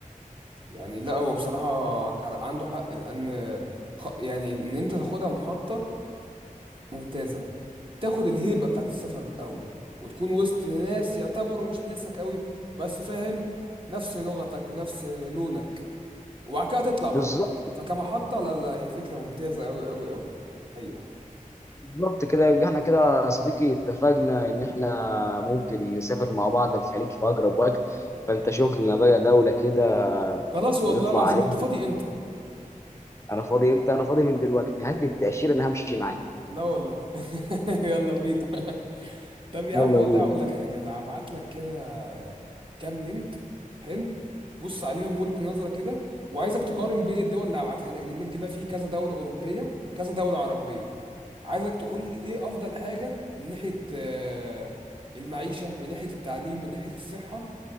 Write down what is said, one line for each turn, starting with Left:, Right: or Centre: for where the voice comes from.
Right: يعني لا هو بصراحه كان عنده حق لان خ- يعني ان انت تاخدها محطه ممتازه تاخد الهيبه بتاعت السفر الاول وتكون وسط ناس يعتبروا مش ناسك قوي بس فاهم نفس لغتك ونفس لونك وبعد كده تطلع
Left: بالظبط
Right: بره فكمحطة لا لا هي فكرة ممتازة أوي أوي أوي حقيقة
Left: بالظبط كده يبقى احنا كده يا صديقي اتفقنا ان احنا ممكن نسافر مع بعض الخليج في اقرب وقت فانت شوف لنا بقى دولة كده
Right: خلاص والله
Left: نطلع
Right: العظيم
Left: عليها
Right: أنت فاضي إمتى؟
Left: انا فاضي امتى انا فاضي من دلوقتي هات لي التاشيره انا همشي معاك
Right: لا والله <laughs> يلا بينا <laughs> طب يا
Left: يلا
Right: عم والله
Left: بينا
Right: أقول لك حاجة هبعت لك كده كام لينك حلو بص عليهم والك نظرة كده وعايزك تقارن بين الدول اللي هبعتها لك دي اللينك ده فيه كذا دولة أوروبية وكذا دولة عربية عايزك تقول لي إيه أفضل حاجة من ناحية آه، المعيشة من ناحية التعليم من ناحية الصحة